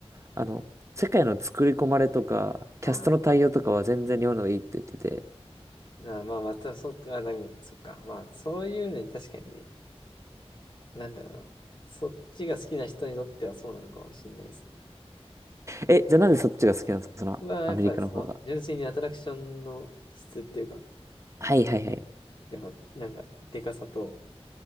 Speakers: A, on the right; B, on the left.
A: あの、世界の作り込まれとか、キャストの対応とかは全然日本の方がいいって言ってて。
B: ああー、まあまあ、また、そっか、なんか、そっか。まあ、そういうのに確かにね。なんだろうな。そっちが好きな人にとってはそうなのかもしれないですね。
A: え、じゃあなんでそっちが好きなんですかその、
B: 僕はやっぱりその純粋にアトラクションの質っていうか、
A: アメリカの方が。はいはいはい。
B: やっぱなんかでかさと